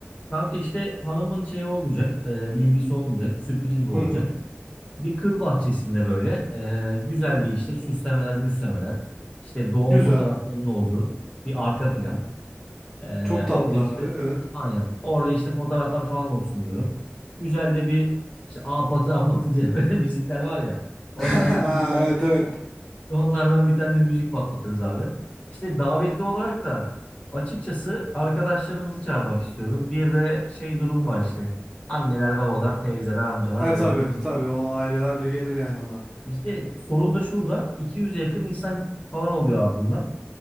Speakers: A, on the left (about 30°); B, in the centre.
A: Kanka işte hanımın şey olmayacak, e, bilgisi olmayacak, sürpriz gibi olacak.
B: Hı hı.
A: Bir kır bahçesinde böyle e, güzel bir işte süslemeler, müslemeler, işte doğum
B: Güzel.
A: fotoğraflarının olduğu bir arka plan. Ee,
B: Çok
A: orada
B: tatlı
A: işte
B: abi evet.
A: aynen. Orada işte fotoğraflar falan olsun diyorum. Güzel de bir işte apatı apatı diye <laughs> böyle müzikler var ya. Onlardan
B: <laughs>
A: bir tane,
B: Evet evet.
A: onlardan bir tane de müzik patlatırız abi. İşte davetli olarak da açıkçası arkadaşlarımızı çağırmak istiyorum. Bir de şey durum var işte. Anneler, babalar, teyzeler, amcalar,
B: Evet
A: dayılar,
B: tabi
A: enişteler.
B: tabii o aileler de gelir yani ona.
A: İşte sorun da şurada. 200'e yakın insan falan oluyor abi bunlar.